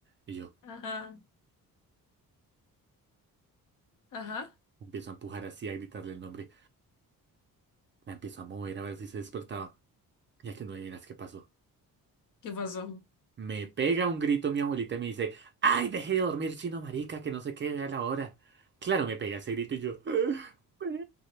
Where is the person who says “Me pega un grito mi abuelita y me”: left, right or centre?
Right